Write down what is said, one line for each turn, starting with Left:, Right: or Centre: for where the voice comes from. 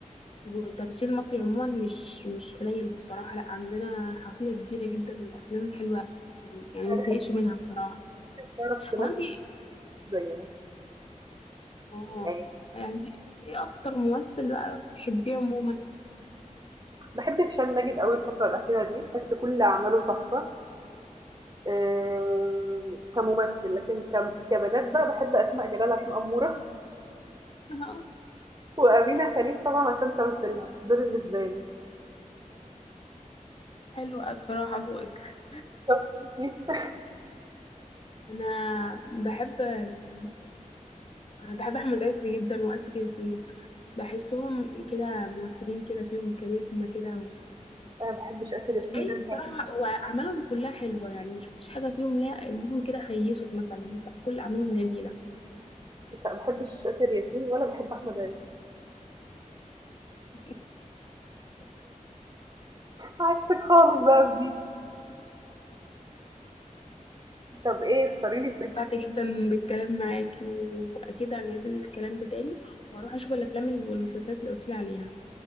Left: والتمثيل المصري عموما مش مش قليل بصراحه لا عندنا حصيله كبيره جدا من الافلام الحلوه يعني
Right: مقترح
Left: ما تزهقش منها بصراحه
Right: تعرف تمثّل
Left: هو انت
Right: زينا.
Left: اه
Right: يعني
Left: يعني ايه اكتر ممثل بقى بتحبيه عموما
Right: باحب هشام ماجد أوي الفترة الأخيرة دي، باحس كل أعماله تحفة آآ كممثل، لكن كم كبنات بقى باحب أسماء جلال عشان أمورة،
Left: اه
Right: <laughs> وأمينة خليل طبعًا عشان تمثيلها، دول بالنسبة لي.
Left: حلو قوي بصراحة ذوقك
Right: طب وأنتِ؟
Left: انا بحب ال... أنا بحب احمد عز جدا واسر ياسين بحسهم كده ممثلين كده فيهم كاريزما كده و...
Right: أنا ما باحبش آسر ياسين
Left: اي
Right: ده نهائي،
Left: بصراحة واعمالهم كلها حلوة يعني مش شفتش حاجة فيهم لا ليهم كده خيشت مثلا لا كل اعمالهم جميلة
Right: مش ما باحبش آسر ياسين ولا باحب أحمد عز.
Left: <laughs>
Right: عكسِك خالص بقى في دي. طب إيه اختاري
Left: عموماً
Right: لي
Left: استمتعت
Right: فيلم،
Left: جدا بالكلام معاكي واكيد هنعيد الكلام ده تاني واروح اشوف الافلام والمسلسلات اللي قلتلي عليها